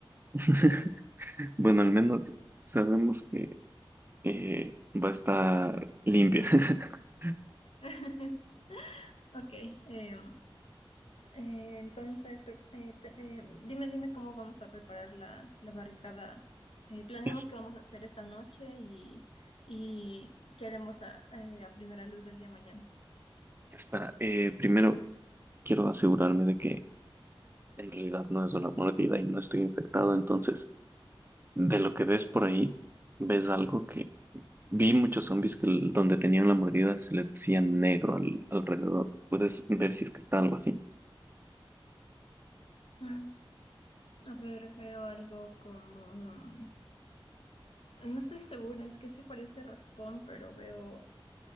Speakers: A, on the right (about 25°); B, on the left (about 80°).
A: <laughs> Bueno, al menos sabemos que eh, va a estar limpia. <laughs>
B: <laughs> Ok, em, Eh, entonces, pre- eh, te- eh, dime, dime cómo vamos a preparar la, la barricada. Eh, planeamos
A: Es-
B: qué vamos a hacer esta noche y, y queremos a, eh, a primera luz del día mañana.
A: Espera, eh, primero quiero asegurarme de que En realidad no es una mordida y no estoy infectado, entonces de lo que ves por ahí, ves algo que vi muchos zombies que l- donde tenían la mordida se les hacía negro al- alrededor. Puedes ver si es que está algo así.
B: Ah, A ver, veo algo como... mm, No estoy segura, es que sí parece raspón, pero veo...